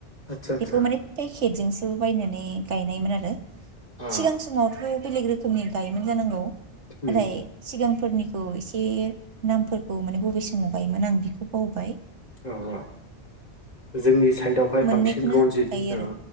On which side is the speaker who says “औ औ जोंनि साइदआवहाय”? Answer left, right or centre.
Left